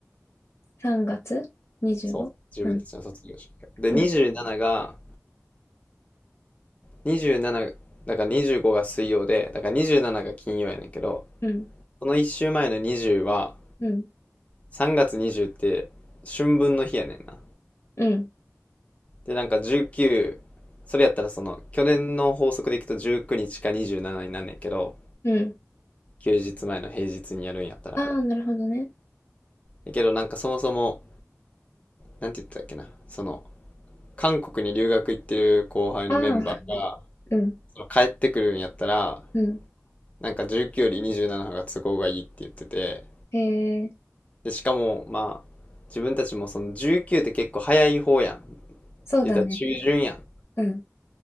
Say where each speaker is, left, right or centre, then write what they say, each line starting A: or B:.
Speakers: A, on the left (about 55°); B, on the left (about 25°).
A: ?3 月 25?
B: そう、
A: うごうん。
B: 自分たちの卒業式が。で、
A: うん。
B: 27が、27だから25が水曜でだから27が金曜やねんけど
A: うん。
B: この1週前の20は
A: うん。
B: 3月20って春分の日やねんな
A: うん。
B: でなんか19それやったらその去年の法則でいくと19日か27になんねんけど
A: うん。
B: 休日前の平日にやるんやったら
A: ああ、なるほどね。
B: だけどなんかそもそもなんて言ってたっけなその韓国に留学行ってる後輩のメンバーが
A: ああ、うん。
B: その帰ってくるんやったら
A: うん。
B: なんか19より27の方が都合がいいって言ってて
A: へえ、
B: で、しかも、まあ、自分たちもその19って結構早い方やん。
A: そうだね。
B: 言ったら中旬やん。
A: うん。